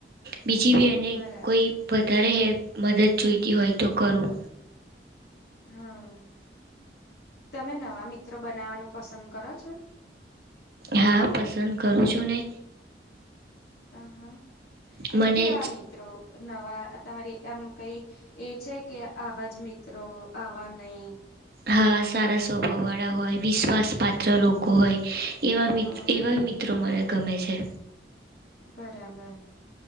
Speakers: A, on the right; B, on the left.
A: બીજી બી એની
B: બરાબર
A: કોઈ વધારે હેલ્પ મદદ જોઈતી હોય તો કરું.
B: હા, તમે નવા મિત્રો બનાવાનું પસંદ કરો છો?
A: હા, પસંદ કરું છું ને.
B: હ હા એટલે
A: મને
B: કેવા મિતિત્રો નવા તમારી આમ કઈ એ છે કે આવા જ મિત્રો આવા નહી
A: હા સારા સ્વભાવ વાળા હોય વિશ્વાસ પાત્ર લોકો હોય એવા
B: હા
A: મિત એવા મિત્રો મને ગમે છે
B: બરાબર